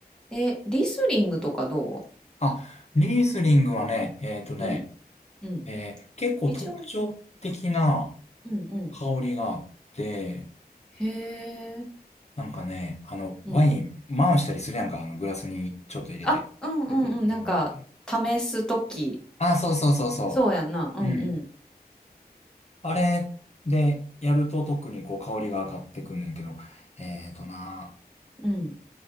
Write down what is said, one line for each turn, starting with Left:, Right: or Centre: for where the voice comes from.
Centre: えリスリングとかど
Left: あ、リースリングはね、えっとね、
Centre: ううんうん
Left: えー結構特徴的な
Centre: 一応うんうん
Left: 香りがあって、
Centre: へえ
Left: なんかね、あの、
Centre: うん
Left: ワイン回したりするやんか、あの、グラスにちょっと入れて。
Centre: あ、うんうんうん、
Left: レトロフィルに
Centre: なんか、試すとき。
Left: あ、そうそうそうそ
Centre: そうやんな。うんうん。
Left: う。うん。あれでやると特にこう香りが上がってくんねんけど、えっとな、
Centre: うん。